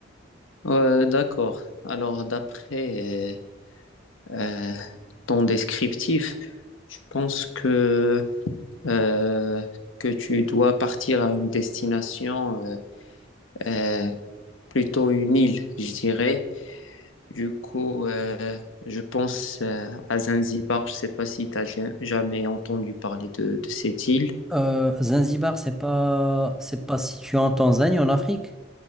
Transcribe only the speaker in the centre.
Euh, Zanzibar, c'est pas, c'est pas situé en Tanzanie, en Afrique?